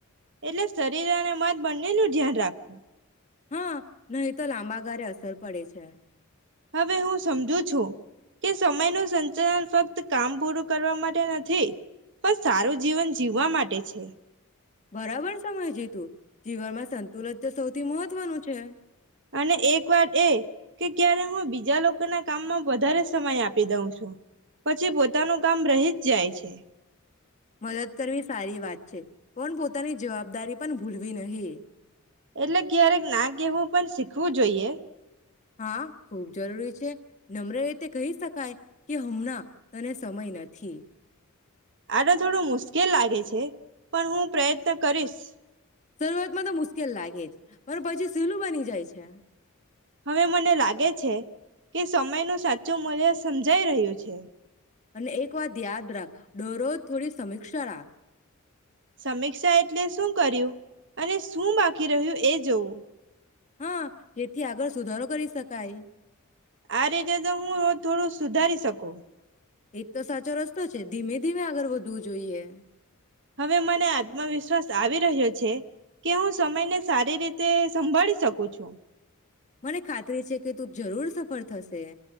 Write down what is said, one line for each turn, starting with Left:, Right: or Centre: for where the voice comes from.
Right: એટલે શરીર અને મન બંને નું ધ્યાન રાખવું.
Left: હા, નહી તો લાંબા ગરે અસ સર પડે છે.
Right: હવે હું સમજુ છું કે સમયનું સંચાલન ફક્ત કામ પૂરું કરવા માટે નથી, પણ સારું જીવન જીવવા માટે છે.
Left: બરાબર સમયજી તું જીવનમાં સંતુલન તો સૌથી મહત્વનું છે
Right: અને એક વાટ એ કે ક્યારે હું બીજા લોકો ના કામમાં વધારે સમય આપી દઉં છું. પછી પોતાનું કામ રહી જ જાય છે.
Left: મદદ કરવી સારી વાત છે, પણ પોતાની જવાબદારી પન ભૂલવી નહી.
Right: એટલે ક્યારેક ના કેવું પણ શીખવું જોઈએ.
Left: હા ખુબ જરૂરી છે નમ્ર રીતે કહી શકાય કે હમના તને સમય નથી.
Right: આ તો થોડુ મુશ્કેલ લાગે છે. પણ હું પ્રયત્ન કરીશ.
Left: શરૂઆતમાં તો મુશ્કેલ લાગે જ પણ પછી સેલું બની જાય છે.
Right: હવે મને લાગે છે કે સમયનો સાચું મૂલ્ય સમજાય રહ્યો છે.
Left: અને એક વાત યાદ રાખ ડરો થોડી સમ અક્ષ રાખ.
Right: સમીક્ષા એટલે શું કર્યું અને શું બાકી રહ્યું એ જોવું.
Left: હા જેથી આગળ સુધારો કરી શકાય.
Right: આ રીતે તો હું થોડું સુધારી શકું.
Left: એક તો સાચો રસ્તો છે ધીમે ધીમે આગળ વધવું જોઈએ.
Right: હવે મને આત્મવિશ્વાસ આવી રહ્યો છે કે હું સમયને સારી રીતે સંભાળી શકું છું‌.
Left: મને ખાતરી છે કે તું જરૂર સફર થશે.